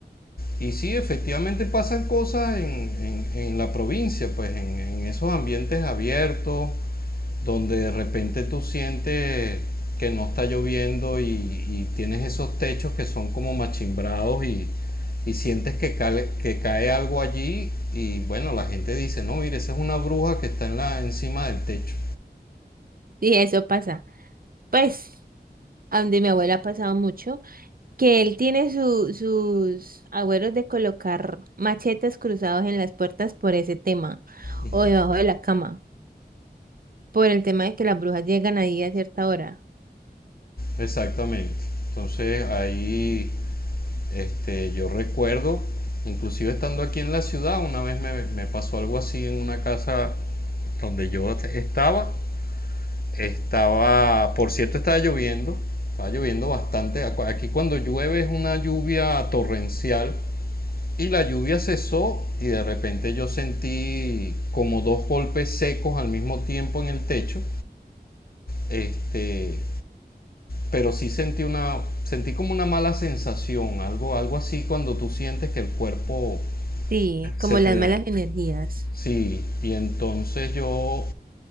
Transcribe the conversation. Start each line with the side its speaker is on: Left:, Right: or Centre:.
Left: Y sí, efectivamente pasan cosas en, en- en la provincia, pues en, en esos ambientes abiertos, donde de repente tú sientes que no está lloviendo y, y tienes esos techos que son como machimbrados y, y sientes que cae que cae algo allí y bueno, la gente dice, no, mire, esa es una bruja que está en la, encima del techo.
Right: sí, eso pasa. Pues, a donde mi abuela ha pasado mucho. que él tiene su- sus agüeros de colocar machetes cruzados en las puertas por ese tema,
Left: Uh-huh.
Right: o debajo de la cama, por el tema de que las brujas llegan ahí a cierta hora.
Left: Exactamente. Entonces ahí Este, yo recuerdo, inclusive estando aquí en la ciudad, una vez me, me pasó algo así en una casa donde yo estaba. Estaba, por cierto, estaba lloviendo, estaba lloviendo bastante. Aquí cuando llueve es una lluvia torrencial y la lluvia cesó y de repente yo sentí como dos golpes secos al mismo tiempo en el techo. Este, pero sí sentí una sentí como una mala sensación, algo algo así cuando tú sientes que el cuerpo
Right: Sí,
Left: Se
Right: como las
Left: te...
Right: malas energías.
Left: Sí, y entonces yo